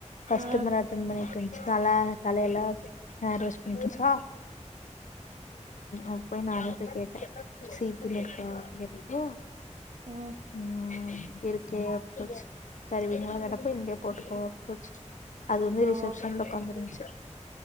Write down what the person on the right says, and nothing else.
ஆ
ஆ
ஆ